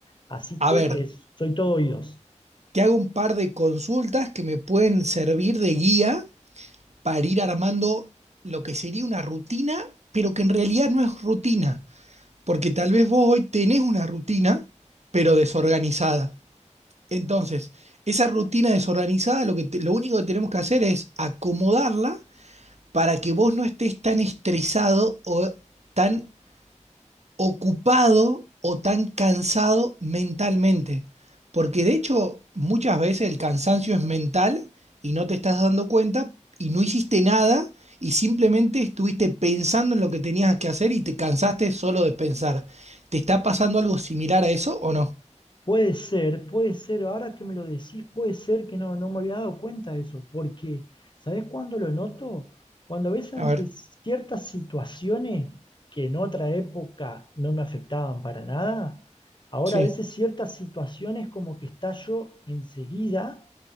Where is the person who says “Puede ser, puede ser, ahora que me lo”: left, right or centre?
Left